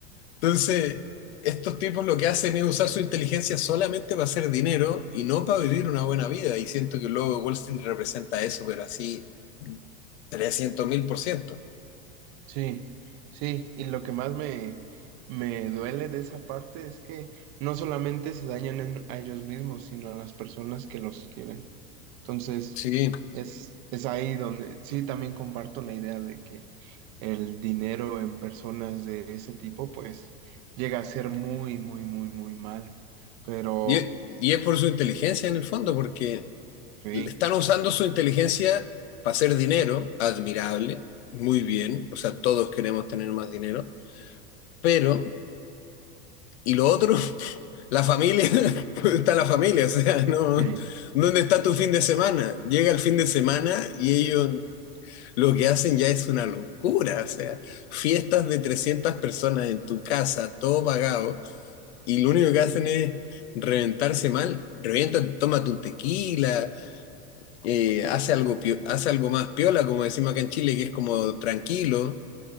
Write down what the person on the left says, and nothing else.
Entonces, estos tipos lo que hacen es usar su inteligencia solamente para hacer dinero y no para vivir una buena vida. Y siento que luego Wall Street representa eso, pero así 300 mil por ciento.
Sí.
Y, y es por su inteligencia en el fondo, porque
Están usando su inteligencia para hacer dinero, admirable, muy bien, o sea, todos queremos tener más dinero, pero, y lo otro, la familia, <laughs> ¿dónde está la familia? O sea, no,
¿dónde está tu fin de semana? Llega el fin de semana y ellos lo que hacen ya es una locura, o sea, fiestas de 300 personas en tu casa, todo pagado, y lo único que hacen es reventarse mal, revientan, tómate un tequila, eh, hace algo, pio- hace algo más piola, como decimos acá en Chile, que es como tranquilo